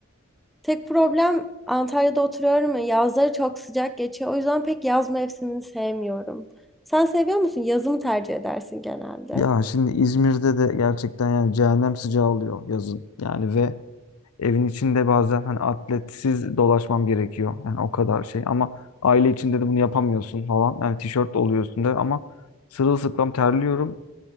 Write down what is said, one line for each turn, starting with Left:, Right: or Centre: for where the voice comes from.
Centre: Tek problem Antalya'da oturuyorum ya yazları çok sıcak geçiyor. O yüzden pek yaz mevsimini sevmiyorum. Sen seviyor musun? Yazı mı tercih edersin genelde?
Left: Ya şimdi İzmir'de de gerçekten yani cehennem sıcağı oluyor yazın. Yani ve evin içinde bazen hani atletsiz dolaşmam gerekiyor. Yani o kadar şey ama aile içinde de bunu yapamıyorsun falan. Yani tişört oluyor üstünde ama sırılsıklam terliyorum.